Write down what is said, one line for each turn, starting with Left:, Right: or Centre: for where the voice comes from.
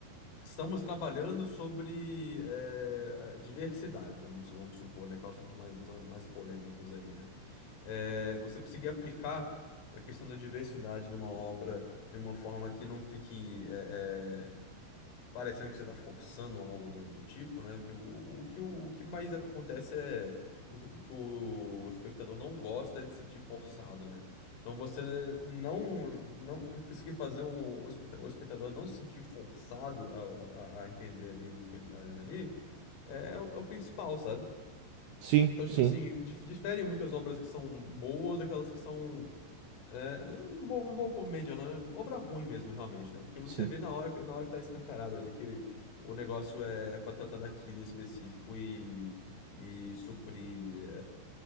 Left: Estamos trabalhando sobre eh, a diversidade, vamos, vamos supor, né? Que é o assunto mais, um dos mais polêmicos aí, né? Eh, você conseguir aplicar a questão da diversidade numa obra de uma forma que não fique eh, eh, parecendo que você tá forçando algo do, do tipo, né? Que o, o que o, o que mais acontece é e o que o espectador não gosta é de se sentir forçado, né? Então você não não cons- conseguir fazer o, o especta- o espectador não se sentir forçado a, a, a entender ali o que ele tá vendo ali é, o, é o principal, sabe?
Right: sim,
Left: Então,
Right: sim,
Left: tipo assim, dif- difere muitas obras que são boas daquelas que são é, eu não vou, não vou pôr média, não. É obra ruim mesmo, realmente, né? Porque você
Right: sim.
Left: vê na hora, que- na hora que tá escancarado ali que o negócio é é pra tratar daquilo em específico e, e suprir.